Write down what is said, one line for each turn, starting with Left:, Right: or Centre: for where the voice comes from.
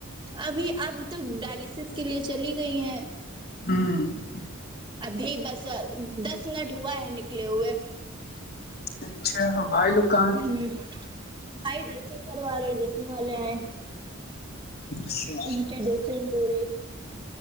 Right: ابھی اب تو ڈائلسس کے لیے چلی گئی ہیں
Left: ہوں
Right: ابھی بس دس منٹ ہوا ہے نکلے ہوئے
Left: اچھا بھائی لوکاں
Right: ہوں بھائی ڈریسنگ کروا رہے ڈریسنگ والے آئے
Left: اچھا
Right: ان کی ڈسز ب رہی ہے